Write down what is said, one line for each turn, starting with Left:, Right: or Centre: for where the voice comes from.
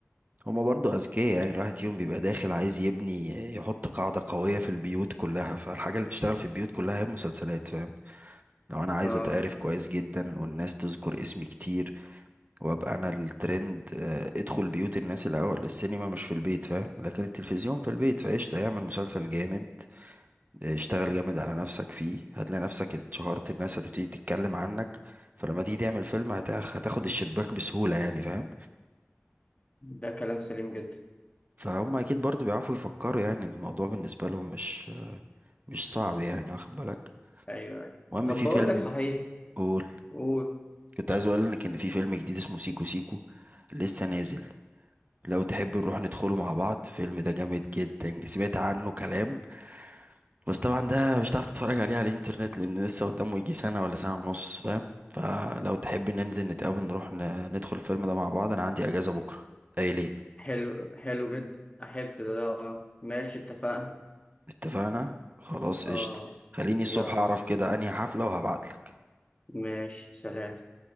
Right: هما برضو أذكياء يعني الواحد فيهم بيبقى داخل عايز يبني يحط قاعدة قوية في البيوت كلها فالحاجة اللي بتشتغل في البيوت كلها هي المسلسلات فاهم لو أنا عايز
Left: اه
Right: أتعرف كويس جدا والناس تذكر اسمي كتير وأبقى أنا الترند آه، ادخل بيوت الناس الأول السينما مش في البيت فاهم لكن التلفزيون في البيت فقشطة يعمل مسلسل جامد آه، اشتغل جامد على نفسك فيه هتلاقي نفسك اتشهرت الناس هتبتدي تتكلم عنك فلما تيجي تعمل فيلم هتاخ- هتاخد الشباك بسهولة يعني فاهم
Left: ده كلام سليم جدا
Right: فهم اكيد برضو بيعرفوا يفكروا يعني الموضوع بالنسبة لهم مش مش صعب يعني واخد بالك
Left: ايوه أيوة.
Right: المهم
Left: طب
Right: في
Left: بقول
Right: فيلم
Left: لك صحيح
Right: قول
Left: قول
Right: كنت عايز اقول لك ان في فيلم جديد اسمه سيكو سيكو لسه نازل لو تحب نروح ندخله مع بعض الفيلم ده جامد جدا سمعت عنه كلام بس طبعا ده مش هتعرف تتفرج عليه على الانترنت لان لسه قدامه يجي سنة ولا سنة ونص فاهم فلو تحب ننزل نتقابل نروح ن- ندخل الفيلم ده مع بعض انا عندي اجازة بكرة ايه ليه
Left: حلو حلو جدا احب ده آه. ماشي اتفقنا
Right: اتفقنا خلاص
Left: اه
Right: قشطة خليني الصبح
Left: يلا
Right: اعرف كده انهي حفلة وهبعتلك
Left: ماشي سلام